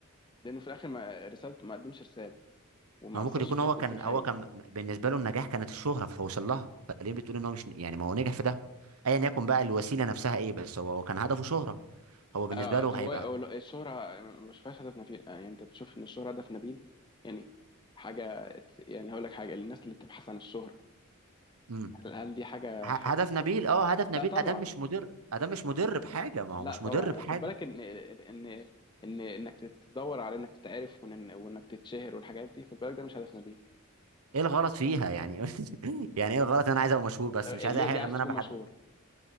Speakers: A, on the left; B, on the right.
A: لانه في الاخر ما رسالته ما قدمش رساله وما
B: ما ممكن
A: اثرش
B: يكون
A: في الناس
B: هو
A: تأثير
B: كان
A: حقيقي
B: هو كان بالنسبه له النجاح كانت الشهره فوصل لها فليه بتقول ان هو مش يعني ما هو نجح في ده ايا يكن بقى الوسيله نفسها ايه بس هو هو كان هدفه شهره هو بالنسبه
A: آه
B: له
A: طب
B: هيبقى
A: هو هو الشهرة ما بشوفهاش هدف نبيل آه، يعني انت بتشوف ان الشهرة هدف نبيل يعني حاجة يعني هقول لك حاجة الناس اللي بتبحث عن الشهرة
B: امم
A: هل هل دي حاجة
B: هدف
A: حلوة؟
B: نبيل اه هدف نبيل
A: لا طبعا
B: ادم مش مدر ادم مش مدر بحاجه ما هو
A: لا
B: مش
A: طبعا
B: مدر
A: يعني
B: بحاجه
A: خد بالك ان ان ان انك تدور على انك تتعرف وإن- وانك تتشهر والحاجات دي خد بالك ده مش هدف نبيل
B: ايه الغلط فيها يعني <laughs> يعني ايه الغلط إن انا عايز ابقى مشهور بس
A: طب ليه
B: مش عايز اي حاجه
A: ليه
B: غير
A: عايز
B: ان انا
A: تكون
B: بحد
A: مشهور؟